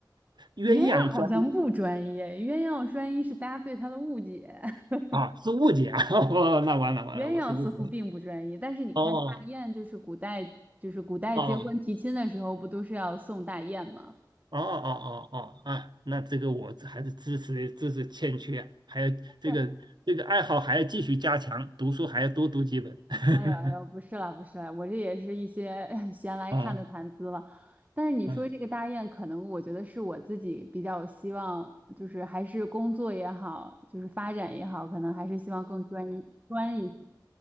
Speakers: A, on the right (about 80°); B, on the right (about 20°).
A: 鸳鸯专一
B: 鸳鸯好像不专业，鸳鸯专一是大家对它的误解。<laughs>
A: 啊是误解啊，<laughs> 哦，那完了完了，
B: 鸳鸯似乎并不专一，
A: 我是误解了，
B: 但是你看大雁，
A: 哦
B: 就是古代，就是古代结婚提亲的时候，
A: 哦
B: 不都是要送大雁吗？
A: 哦哦哦哦啊，那这个我还是知识知识欠缺啊，还有这个这个爱好还要继续加强，
B: 但是，
A: 读书还要多读几本。<laughs>
B: 哎呀哎呀，不是啦，不是啦，我这也是一些 <laughs> 闲来看的谈资了。
A: 啊
B: 但是你说这个大雁，
A: 啊
B: 可能我觉得是我自己比较希望，就是还是工作也好，就是发展也好，可能还是希望更专一专一些